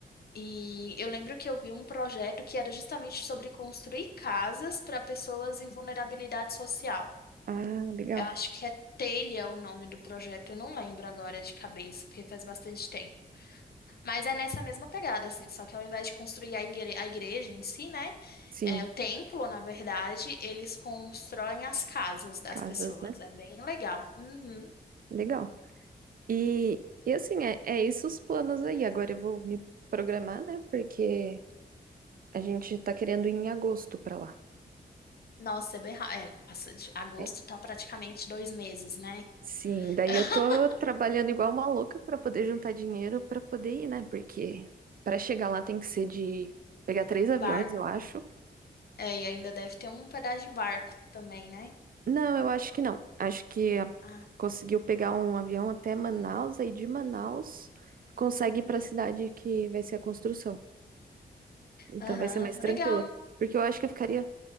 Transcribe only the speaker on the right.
Ah, legal.
Sim,
casas,
né?
Legal. E, e assim, é, é isso os planos aí. Agora eu vou me programar, né? Porque a gente tá querendo ir em agosto pra lá.
É,
sim, daí
eu tô trabalhando igual uma louca pra poder juntar dinheiro pra poder ir, né? Porque pra chegar lá tem que ser de pegar três aviões,
eu acho.
Não, eu acho que não. Acho que a-
conseguiu pegar um avião até Manaus, aí de Manaus consegue ir pra cidade que vai ser a construção. Então
vai ser mais
tranquilo.
Porque eu acho que eu ficaria